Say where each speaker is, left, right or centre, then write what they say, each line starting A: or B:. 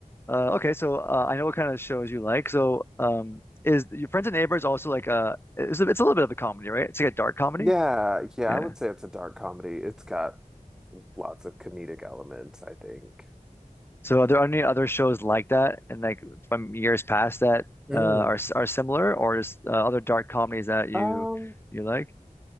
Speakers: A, on the left; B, in the centre.
A: uh, okay. So uh, I know what kind of shows you like. So um, is your Friends and Neighbors also like uh, it's a, it's a little bit of a comedy, right? It's like a dark comedy.
B: Yeah, yeah,
A: Yeah.
B: I would say it's a dark comedy. It's got lots of comedic elements, I think.
A: So are there any other shows like that, and like from years past that
B: Mm.
A: uh, are s- are similar, or is uh, other dark comedies that you
B: Um,
A: you like?